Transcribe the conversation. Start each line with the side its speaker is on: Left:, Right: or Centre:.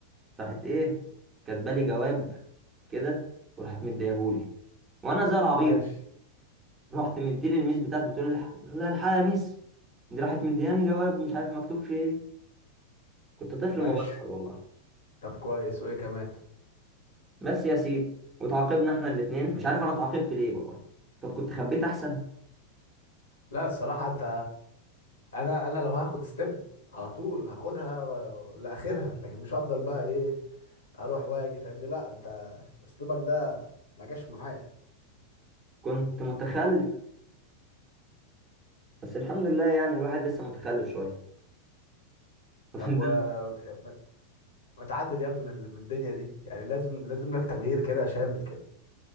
Right: راحت ايه كاتبالي جواب كده وراحت مديهولي وانا زي العبيط
Left: ماشي
Right: رحت مديلي الميس بتاعتي بتقول لي الح- بقول لها الحقيقة يا ميس دي راحت مدياني جواب مش عارف مكتوب فيه ايه كنت طفل
Left: ماشي
Right: مغفل والله
Left: طب كويس وايه كمان
Right: بس يا سيدي وتعاقبنا احنا الاتنين مش عارف انا اتعاقبت ليه والله طب كنت خبيت احسن
Left: لا الصراحة انت انا انا لو هاخد ستيب على طول هاخدها و- لاخرها لكن مش هفضل بقى ايه اروح واجي فاهمني لا انت اسلوبك ده ما جاش معايا
Right: كنت متخلف بس الحمد لله يعني الواحد لسه متخلف شوية <laughs>
Left: طب و ما ما تعدل يا ابني من من الدنيا دي يعني لازم لازم لك تغيير كده شامل كده